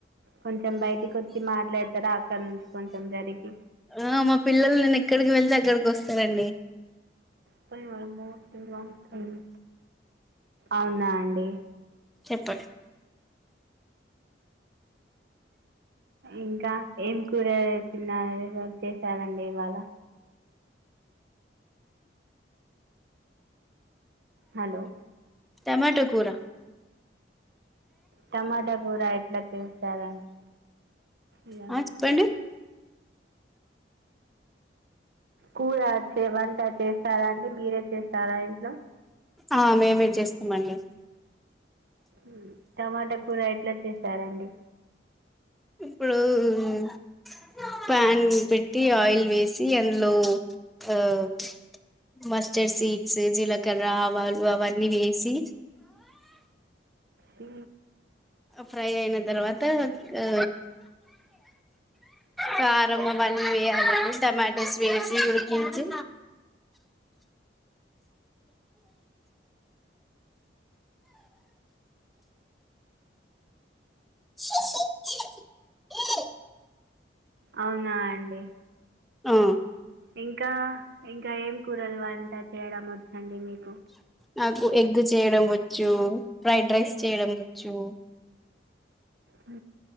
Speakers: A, on the right; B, in the centre.
A: కొంచెం బయటికొచ్చి మాట్లాడతరా అక్కడ్నుంచి కొంచెం జరిగి
B: ఆ మా పిల్లలు నేను ఎక్కడికి వెళ్తే అక్కడికి వస్తారండి
A: పై వన్మొర్ <unintelligible> అవునా అండి
B: చెప్పండ్
A: ఇంకా ఏంక్ కూరగాయసిన్నారేసం చేసారండి ఇవాళ హలో
B: టమాట కూరా
A: టమాటా కూర ఎట్లా చేస్తారండి ఇయాద్
B: ఆ
A: నా
B: చెప్పండి
A: కూర అచ్చే వంట చేస్తారా అండి మీరే చేస్తారా ఇంట్లో
B: ఆ మేమే చేస్తామండి
A: ఉ టమాటా కూర ఎట్లా చేసారండి
B: ఇప్పుడు ఉ ప్యాన్ పెట్టి ఆయిల్ వేసి అందులో అవ్ మస్టర్డ్ సీడ్స్ జిలక్ కర ఆవాలు అవన్నీ వేసి
A: ఉ
B: ఫ్రై అయిన తర్వాత ఆ కారం అవన్నీ వేయాలండి టమాటోస్ వేసి ఉడికించి <unintelligible>
A: అవునాయ్ అండి
B: ఆ
A: ఇంకా ఇంకా ఏం కూరలు వంట చేయడం వొచ్చండి మీకు
B: నాకు ఎగ్ చేయడం వచ్చు ఫ్రైడ్ రైస్ చేయడం వచ్ చ్చు
A: ఉ